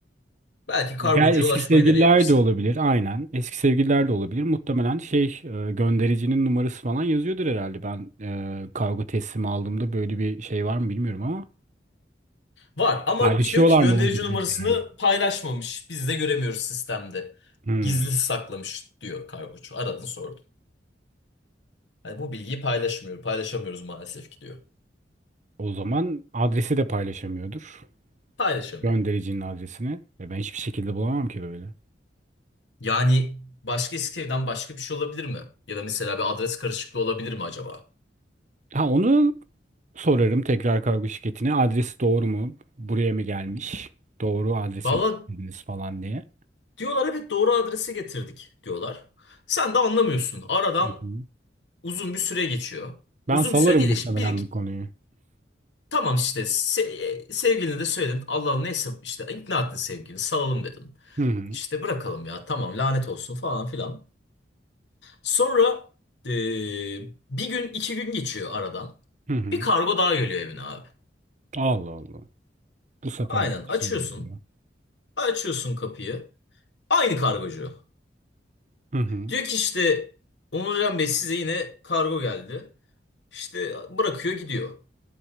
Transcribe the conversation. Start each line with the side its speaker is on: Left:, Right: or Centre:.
Left: Belki kargocuya
Right: Gel eski
Left: ulaşmayı
Right: sevgililer
Left: deneyebilirsin.
Right: de olabilir aynen. Eski sevgililer de olabilir. Muhtemelen şey e, göndericinin numarası falan yazıyordur herhalde. Ben e, kargo teslimi aldığımda böyle bir şey var mı bilmiyorum ama
Left: Var ama
Right: paylaşıyorlar
Left: işte diyor ki gönderici
Right: mı bu bilgiyi
Left: numarasını
Right: yani?
Left: paylaşmamış. Biz de göremiyoruz sistemde.
Right: Hmm.
Left: Gizli saklamış diyor kargocu. Aradın sordun. Hani bu bilgiyi paylaşmıyor. Paylaşamıyoruz maalesef ki diyor.
Right: O zaman adresi de paylaşamıyordur.
Left: Paylaşamıyor.
Right: Göndericinin adresini. Ve ben hiçbir şekilde bulamam ki böyle.
Left: Yani başka Eskişehir'den başka bir şey olabilir mi? Ya da mesela bir adres karışıklığı olabilir mi acaba?
Right: Ha onu sorarım tekrar kargo şirketine. Adresi doğru mu? Buraya mı gelmiş? Doğru adrese
Left: Valla
Right: mi verdiniz falan diye.
Left: diyorlar evet doğru adresi getirdik diyorlar. Sen de anlamıyorsun. Aradan
Right: Hı hı.
Left: uzun bir süre geçiyor. Uzun
Right: Ben salarım
Left: bir süre değil
Right: muhtemelen
Left: de işte 1
Right: bu konuyu.
Left: Tamam işte se sevgilini de söyledin. Allah Allah neyse işte ikna ettin sevgilini salalım dedin.
Right: Hı hı.
Left: İşte bırakalım ya tamam lanet olsun falan filan. Sonra e, bir gün iki gün geçiyor aradan.
Right: Hı hı.
Left: Bir kargo daha geliyor evine abi.
Right: Allah Allah. Bu sefer
Left: Aynen
Right: de çıkıyor
Left: açıyorsun.
Right: video.
Left: Açıyorsun kapıyı. Aynı kargocu.
Right: Hı hı.
Left: Diyor ki işte Onurcan Bey size yine kargo geldi. İşte bırakıyor gidiyor.